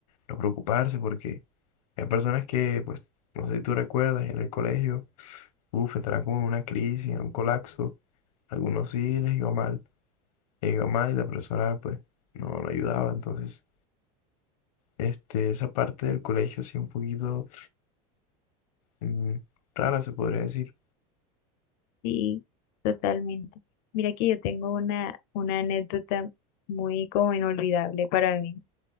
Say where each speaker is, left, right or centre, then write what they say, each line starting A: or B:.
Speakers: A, on the left (about 75°); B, on the left (about 45°).
A: no preocuparse porque Hay personas que, pues, no sé si tú recuerdas, en el colegio, uff, entraron como en una crisis, en un colapso. Algunos sí les iba mal, les iba mal y la persona, pues, no, no ayudaba. Entonces, este, esa parte del colegio sí un poquito mm, rara, se podría decir.
B: Sí, totalmente. Mira que yo tengo una, una anécdota muy como inolvidable para mí.